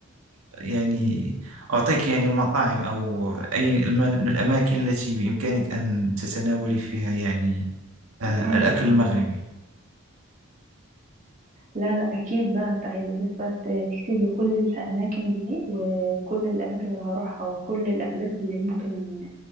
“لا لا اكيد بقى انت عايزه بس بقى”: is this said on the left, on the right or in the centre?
Right